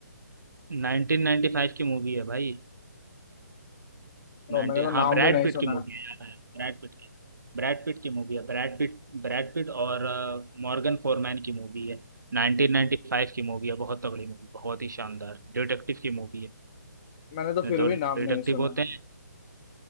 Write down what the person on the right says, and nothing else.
नाइनटीन नाइन्टी फाइव की मूवी है भाई 19
हाँ ब्रैड
पिट
की मूवी है याद आया ब्रैड पिट की ब्रैड पिट की मूवी है ब्रैड पिट ब्रैड पिट और मॉर्गन फोरमैन की मूवी है 1995 की मूवी है बहुत तगड़ी मूवी बहुत ही शानदार डिटेक्टिव की मूवी है इसमें
दो
डिटेक्टिव
होते हैं